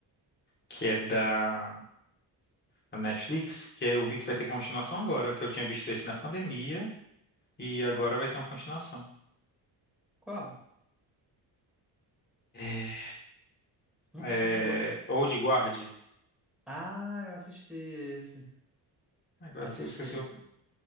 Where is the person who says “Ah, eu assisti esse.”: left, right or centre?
Centre